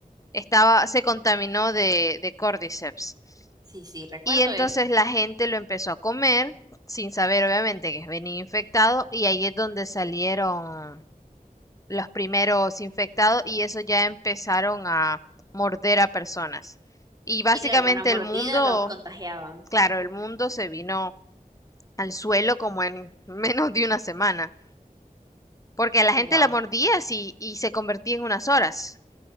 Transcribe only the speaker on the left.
estaba, se contaminó de, de cordyceps.
Y entonces
la gente lo empezó a comer, sin saber obviamente que venía infectado, y ahí es donde salieron los primeros infectados y eso ya empezaron a morder a personas. Y básicamente
el mundo,
claro, el mundo se vino al suelo como en <laughs> menos de una semana, porque a la
gente la mordía así y se convertía en unas horas.